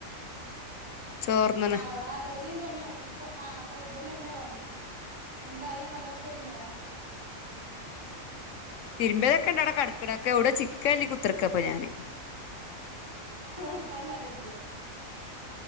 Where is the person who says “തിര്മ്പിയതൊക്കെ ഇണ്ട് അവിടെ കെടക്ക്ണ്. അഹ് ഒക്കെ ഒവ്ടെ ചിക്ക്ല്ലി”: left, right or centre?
Left